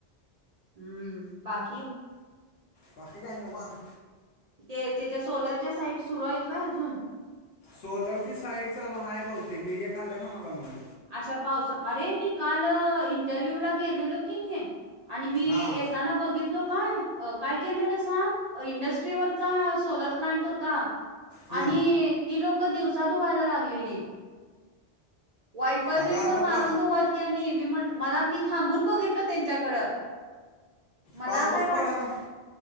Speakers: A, on the right (about 50°); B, on the left (about 70°).
A: हम्म बाकी,
B: बाकी काय नाही. निवांत
A: ते त्याच्या सोलरच्या साईट सुरू आहेत होय. अजून
B: सोलर ची साईट चालू आहे. बहूतेक हे एक आल्या म्हणालाय नव्ह.
A: अशा पावस अरे मी काल इंटरव्ह्यू ला गेलेलो की नाही. आणि मी
B: हां
A: येताना बघितलो काय. काय केलेलं सांग इंडस्ट्रीवरचा सोलर प्लांट होता. आणि
B: हं.
A: ती लोक दिवसा धूवायला लागलेली. वायपर
B: अगं
A: बिपर
B: आता
A: मारून
B: पा
A: धुवालती आणि मी म्हटलं मला मी थांबून बघितलं त्यांच्याकडं. मला
B: पाऊस
A: काय वाट
B: पडालाय